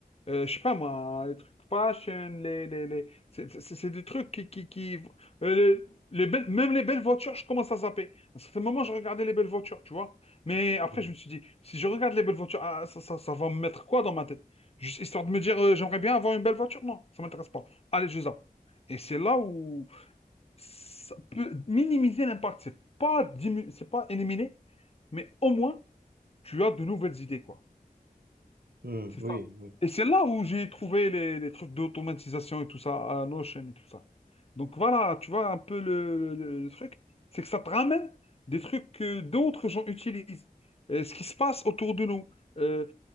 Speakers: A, on the left; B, on the right.
A: Euh, je sais pas, moi, les trucs fashion, les, les, les... C'est c'est- c'est des trucs qui... qui, qui... euh, les, les belles- Même les belles voitures, je commence à zapper. À un certain moment, je regardais les belles voitures, tu vois. Mais après,
B: mm,
A: je me suis dit, si je regarde les belles voitures, ah, ça, ça, ça va me mettre quoi dans ma tête? Juste histoire de me dire, euh, j'aimerais bien avoir une belle voiture? Non, ça m'intéresse pas. Allez, je zappe. Et c'est là où ça peut minimiser l'impact. C'est pas diminu- c'est pas éliminer, mais au moins tu as de nouvelles idées, quoi.
B: mm,
A: C'est
B: oui,
A: ça.
B: oui.
A: Et c'est là où j'ai trouvé les, les trucs d'automatisation et tout ça, à Notion et tout ça. Donc voilà, tu vois un peu le, le- le truc, c'est que ça te ramène des trucs que d'autres gens utilisent, Euh, ce qui se passe autour de nous. Euh,